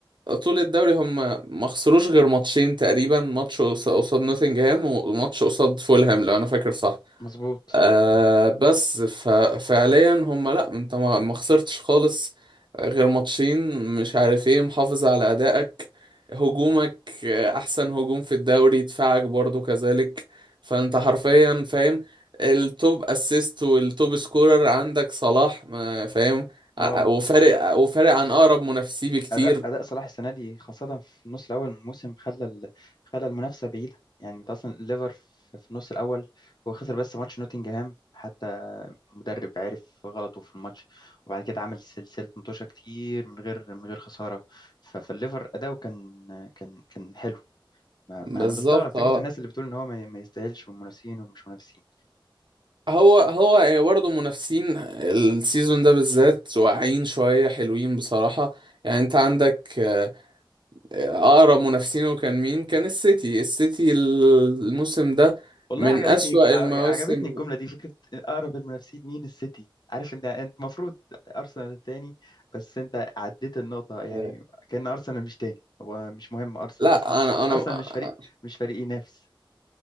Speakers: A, on the right; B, on the left.
A: طول الدوري هم ما خسروش غير ماتشين تقريبا ماتش قص- قصاد نوتنجهام وماتش قصاد فولهام لو أنا فاكر صح
B: مظبوط
A: آه بس ف- فعليا هم لا انت ما ما خسرتش خالص غير ماتشين مش عارف ايه محافظ على ادائك هجومك آه، احسن هجوم في الدوري دفاعك برضو كذلك فانت حرفيا فاهم التوب اسيست والتوب سكورر عندك صلاح ما- فاهم ع-
B: اه
A: وفارق آه، وفارق عن اقرب منافسيه بكتير
B: أداء أداء صلاح السنة دي خاصة في النص الأول من الموسم خلى ال- خلى المنافسة بعيدة يعني أنت أصلا الليفر في في النص الأول هو خسر بس ماتش نوتنجهام حتى مدرب عرف غلطه في الماتش وبعد كده عمل سلسلة متوشة كتير من غير من غير خسارة ف- فالليفر أداؤه كان كان كان حلو ما-
A: بالظبط
B: ما- أنا بستغرب فكرة
A: اه
B: الناس اللي بتقول إن هو ما ما يستاهلش والمنافسين ومش منافسين
A: هو هو يعني برضه منافسين السيزون ده بالذات واقعين شوية حلوين بصراحة يعني انت عندك آه، اقرب منافسينه كان مين كان السيتي السيتي الموسم ده
B: والله
A: من
B: عجبتني
A: أسوأ
B: ع-
A: المواسم
B: عجبتني الجملة دي فكرة أقرب المنافسين مين السيتي عارف انت انت المفروض ارسنال التاني بس انت عديت النقطة يعني
A: آه،
B: كأن ارسنال مش تاني هو مش مهم ارسنال
A: لا
B: اصلا
A: انا انا
B: اصلا مش فريق
A: <laughs>
B: مش فريق ينافس